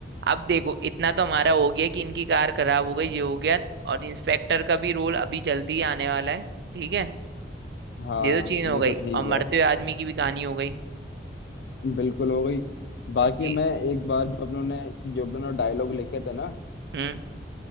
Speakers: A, on the right; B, on the left.
A: अब देखो इतना तो हमारा हो गया कि इनकी कार खराब हो गई ये हो गया और इंस्पेक्टर का भी रोल अभी जल्दी ही आने वाला है ठीक है
B: हाँ
A: ये तो चीज हो
B: ये
A: गई
B: तो ठीक
A: और मरते
B: है
A: हुए आदमी की भी कहानी हो गई
B: बिल्कुल हो गई बाकी
A: ठीक
B: मैं एक बार जो अपनों ने जो अपनों ने डायलॉग लिखे थे ना
A: हम्म